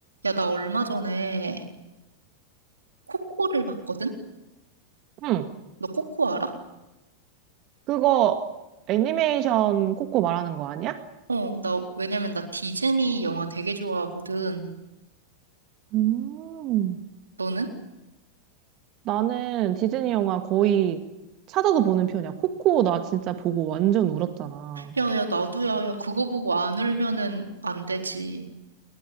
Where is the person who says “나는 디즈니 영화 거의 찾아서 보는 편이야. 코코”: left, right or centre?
Right